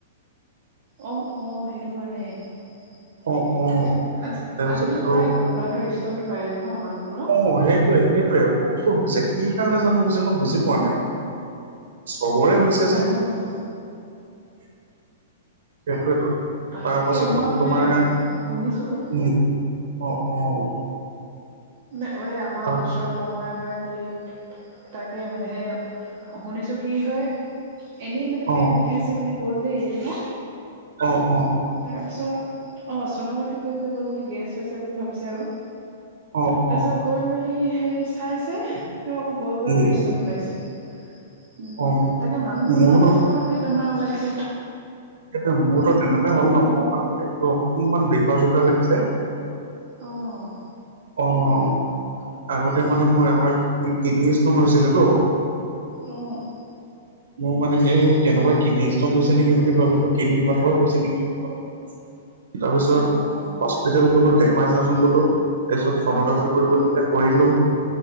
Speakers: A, on the right; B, on the right.
A: অ', অ' সেইটো কাৰণে, আজি
B: অ অ তাৰপিছত
A: আজিকালি
B: এইটো
A: প্ৰায় গ'ল ষ্টনটো পাই ন মানুহবোৰৰ।
B: অ' সেইটোয়ে সেইটোয়ে বহুতো হৈছে, কি কাৰণে জানো হৈছে মই বুজি পোৱা নাই। চবৰে হৈছে যে,
A: অঁ
B: সেইটয়েতো।
A: তাকে
B: তাৰ পাছত
A: মই
B: মানে তোমাৰ উম,
A: শুনিছোঁ
B: অ', অ'।
A: ন ঐ আমাৰ
B: তাৰ
A: ওচৰৰ বৰমা এগৰাকী কি তাকে মানে সেই শুনিছোঁ কি হয়। এনেই মানে
B: অ
A: পেট বিষাইছে বুলি গ'ল দেই সেইদিনা।
B: অ', অ'।
A: তাৰপিছত অ' ছনোগ্ৰাফি কৰিবলৈ গ'ল মানে গেছ হৈছে বুলি ভাবিছে আৰু।
B: অ অ
A: তাৰপিছত গৈ মেলি হেৰি চাইছে গল্ড ব্লাডাৰ
B: উম
A: ষ্টন ওলাইছে উ
B: অ
A: তাকে মানুহবোৰ
B: মোৰোতো
A: ইমান প পটকৈ বেমাৰ ওলাই গৈছে।
B: সেইটোৱে মোৰতো তেনেকুৱাই হল ন মই মানোটো অকনমান বিষোয়া বিষোয়া লাগিছে।
A: অ'।
B: অ'। আগতে মানে মোৰ এবাৰ কিডনী ষ্টন হৈছিলে ত।
A: অ'।
B: মোৰ মানে সেই তেনেকুৱা কিডনী ষ্টন হৈছে নেকি বুলি ভো কিডনী পথৰ হৈছে নেকি বুলি তাৰপিছত
A: অ অ
B: হস্পিতালতে সমাইছাচোন বোলো তাৰপিছত চনোগ্ৰাফি কৰিব দিলে কৰিলো।